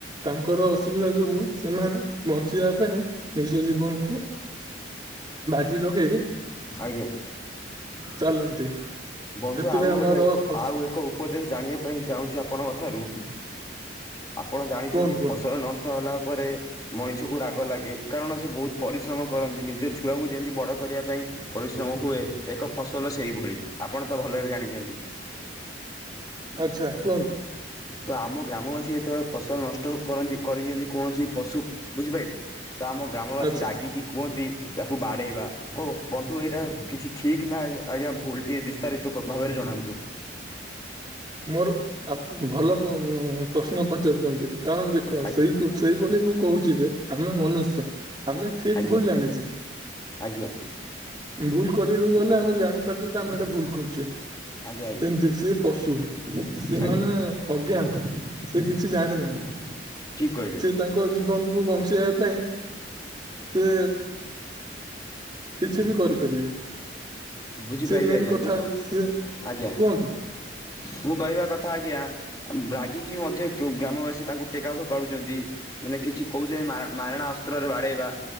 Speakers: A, on the right; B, on the left.
A: ତାଙ୍କର ଅସୁବିଧା ଯୋଗୁ ସେମାନେ ବଞ୍ଚିବା ପାଇଁ ନିଜ ଜୀବନକୁୁ <unintelligible>
B: ଆଜ୍ଞା
A: ଚାଲନ୍ତି।
B: ବନ୍ଧୁ
A: ସେଥିରେ
B: ଆଉ ଗୋଟେ
A: ଆମର ଫସ
B: ଆଉ ଏକ ଉପଦେଶ ଜାଣିବା ପାଇଁ ଚାହୁଁଛି ଆପଣଙ୍କ ଠାରୁ ଆପଣ ଜାଣିଛନ୍ତି
A: କୁହନ୍ତୁ
B: ଫସଲ ନଷ୍ଟ ହେଲା ଫଳରେ ମଣିଷକୁ ରାଗ ଲାଗେ କାରଣ ସେ ବହୁତ ପରିଶ୍ରମ କରନ୍ତି। ନିଜ ଛୁଆଙ୍କୁ ଯେମିତି ବଡ କରିବା ପାଇଁ ପରିଶ୍ରମ ହୁଏ ଏକ ଫସଲ ସେଇଭଳି ଆପଣ ତ ଭଲରେ ଜାଣିଛନ୍ତି
A: ଆଚ୍ଛା କୁହନ୍ତୁ।
B: ତ ଆମ ଗ୍ରାମବାସୀ ଯେତେବେଳେ ଫସଲ ନଷ୍ଟ କରନ୍ତି। କରିଛନ୍ତି କୌଣସି ପଶୁ ବୁଝିପାରିଲେ ତ ଆମ ଗ୍ରାମବାସୀ
A: ଆଚ୍ଛା
B: ରାଗିକି କୁହନ୍ତି ଯାକୁ ବାଡେଇବା କ ବନ୍ଧୁ ଏଇଟା କିଛି ଠିକ ନା ଆଜ୍ଞା ଭୁଲ? ଟିକେ ବିସ୍ତାରିତ ଭାବରେ ଜଣାନ୍ତୁ।
A: ମୋର ଭଲ ପ୍ରଶ୍ନ ପଚାରିଛନ୍ତି? କାରଣ ଦେଖ
B: ଆଜ୍ଞା
A: ସେଇ ସେଇଭଳି ମୁଁ କହୁଛି ଯେ ଆମେ ମନୁଷ୍ୟ ଆମେ ଠିକ
B: ଆଜ୍ଞା
A: ଭୁଲ ଜାଣିଛେ
B: ଆଜ୍ଞା
A: ଭୁଲ କରିବାକୁ ଗଲେ ଆମେ ଜାଣିପାରୁଛେ, ଯେ ଆମେ ଏଇଟା ଭୁଲ କରୁଛେ
B: ଆଜ୍ଞା ଆଜ୍ଞା ଆଜ୍ଞା
A: ସେମିତି ସିଏ ପଶୁ ସେମାନେ
B: ଆଜ୍ଞା
A: ଅଜ୍ଞାନ୍ତ ସେ କିଛି ଜାଣି ନାହାନ୍ତି।।
B: ଠିକ୍ କହିଲେ
A: ସେ ତାଙ୍କ ଜୀବନକୁ କୁ ବଞ୍ଚେଇବା ପାଇଁ ସେ କିଛି ବି କରିପାରିବେ।
B: ବୁଝିପାରିଲିି
A: ସେ ମେନ୍
B: ଆଜ୍ଞା
A: କଥା
B: କିନ୍ତୁ
A: ସେ
B: ଆଜ୍ଞା
A: କୁହନ୍ତୁ।
B: ମୁଁ କହିବା କଥା ଆଜ୍ଞା ରାଗିକି ମଧ୍ୟ ଗ୍ରାମବାସୀ ତାଙ୍କୁ ଟେକାପାରୁଛନ୍ତି। ମାନେ କିଛି କିଛି କହୁଛନ୍ତି ମାରଣା ଅସ୍ତ୍ରରେ ବାଡେଇବା